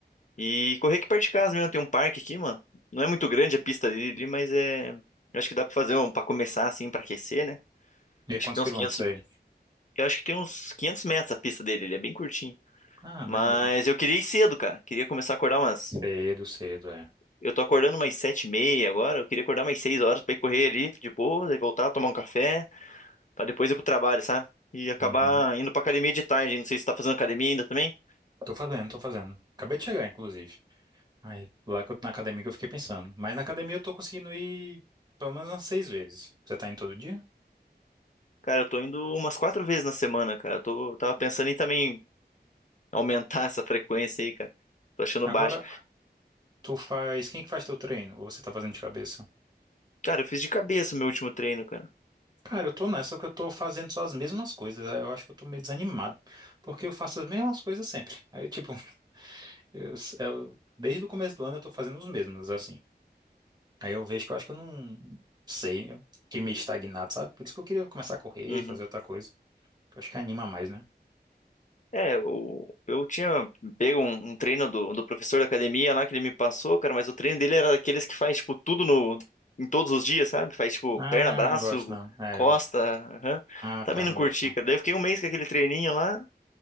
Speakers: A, on the left; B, on the right.
A: E correr aqui perto de casa mesmo, tem um parque aqui, mano. Não é muito grande a pista dele, ali, mas é. Eu acho que dá pra fazer um, pra começar assim, pra aquecer, né?
B: E aí,
A: Acho
B: quantos
A: que tem
B: quilômetros
A: uns 500.
B: aí?
A: Eu acho que tem uns 500 metros a pista dele, ele é bem curtinho.
B: Ah,
A: Mas
B: mas dá-
A: eu queria ir cedo, cara. Queria começar a acordar umas.
B: cedo, cedo, é.
A: Eu tô acordando umas sete e meia agora. Eu queria acordar umas seis horas pra ir correr ali de boa, daí voltar, tomar um café, pra depois ir pro trabalho, sabe? E acabar
B: Uhum.
A: indo pra academia de tarde. Não sei se tá fazendo academia ainda também.
B: Tô fazendo, tô fazendo. Acabei de chegar, inclusive. Aí, lá que eu, na academia que eu fiquei pensando. Mas na academia eu tô conseguindo ir pelo menos umas seis vezes. Você tá indo todo dia?
A: Cara, eu tô indo umas quatro vezes na semana, cara. Eu tô... tava pensando em também aumentar <laughs> essa frequência aí, cara. Tô achando
B: Agora,
A: baixo.
B: Tu faz. Quem é que faz teu treino? Ou você tá fazendo de cabeça?
A: Cara, eu fiz de cabeça o meu último treino, cara.
B: Cara, eu tô nessa que eu tô fazendo só as mesmas coisas. aí Eu acho que eu tô meio desanimado. Porque eu faço as mesmas coisas sempre. Aí, tipo, <laughs> eu, eu- desde o começo do ano eu tô fazendo os mesmos, assim. Aí eu vejo que eu acho que eu não sei. eu Fiquei meio estagnado, sabe? Por isso que eu queria começar a correr,
A: Uhum.
B: fazer outra coisa. que Eu acho que anima mais, né?
A: É, eu, eu tinha pego um, um treino do, do professor da academia lá que ele me passou, cara, mas o treino dele era daqueles que faz, tipo, tudo no, em todos os dias, sabe? Faz, tipo,
B: Ah,
A: perna, braço,
B: não gosto não. É.
A: costa, aham.
B: Ah,
A: Também
B: tá,
A: não
B: não
A: curti,
B: gosto não.
A: cara. Daí eu fiquei um mês com aquele treininho lá,